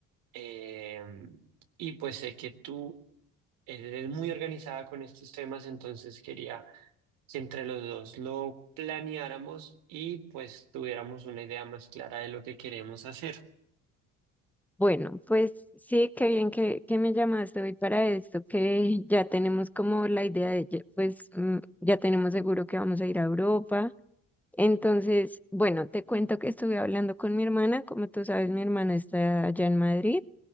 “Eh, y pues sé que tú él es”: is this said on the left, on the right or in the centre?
Right